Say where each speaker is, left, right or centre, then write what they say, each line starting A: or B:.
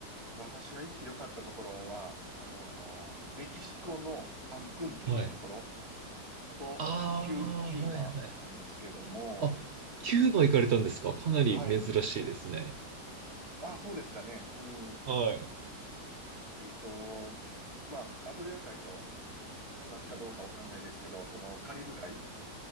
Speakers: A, on the right (about 20°); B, on the right (about 60°).
A: 私が行って良かったところは、あのーメキシコのカンクンというところ
B: い。
A: と、
B: ああ、
A: キュ、キューバなんですけども、
B: はいはい。あ、キューバ行かれたんですかかなり珍しいですね。
A: はい。あ、そうですかね。うん。
B: はい。
A: えっと、まあ、アドリア海と同じかどうかわかんないですけど、そのカリブ海